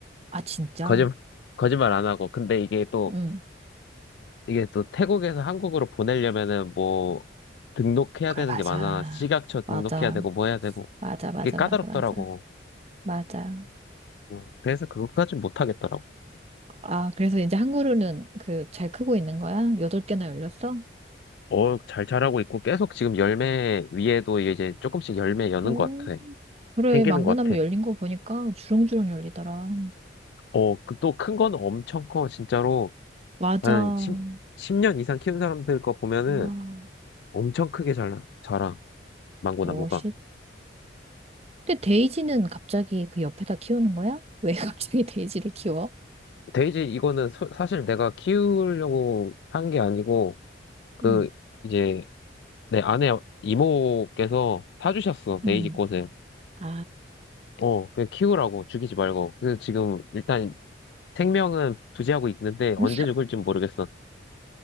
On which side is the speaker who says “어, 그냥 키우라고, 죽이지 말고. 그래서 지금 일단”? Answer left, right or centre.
Left